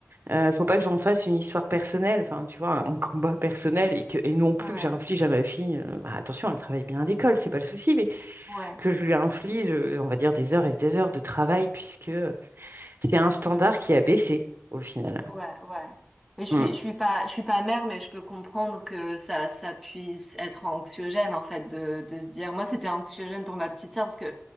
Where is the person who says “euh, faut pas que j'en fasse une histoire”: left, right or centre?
Right